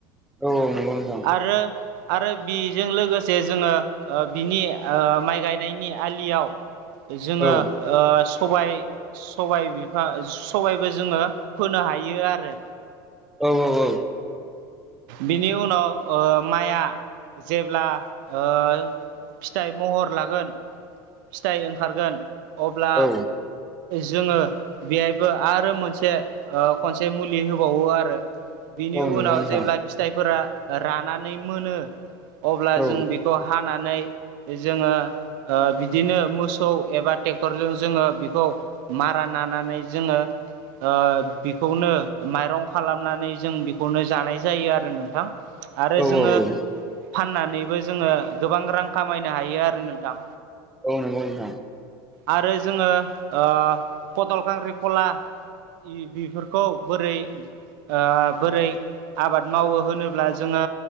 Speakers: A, in the centre; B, on the right.
A: औ औ नंगौ नोंथां
B: आरो आरो बेजों लोगोसे जोङो ओ बिनि ओ माइ गायनायनि आलियाव जोङो
A: औ
B: ओ सबाय सबाय बिफां सबायबो जोङो फोनो हायो आरो
A: औ औ औ
B: बिनि उनाव ओ माइआ जेब्ला ओ फिथाइ महर लागोन फिथाइ ओंखारगोन अब्ला
A: औ
B: जोङो बेहायबो आरो मोनसे खनसे मुलि होबावो आरो बिनि
A: औ नंगौ
B: उनाव
A: नोंथां
B: जेब्ला फिथाइफोरा रानानै मोनो अब्ला
A: औ
B: जों बेखौ खौ हानानै जोङो ओ बिदिनो मोसौ एबा ट्रेक्टरजों जोङो बेखौ मारा नानानै जोङो ओ बेखौनो माइरं खालामनानै जों बेखौनो जानाय जायो आरो नोंथां। आरो
A: औ
B: जोङो
A: औ
B: फाननानैबो जोङो गोबां रां खामायनो हायो आरो नोंथां
A: औ नंगौ नोंथां
B: आरो जोङो ओ पटल खांख्रि कला बेफोरखौ बोरै ओ बोरै आबाद मावो होनोब्ला जोङो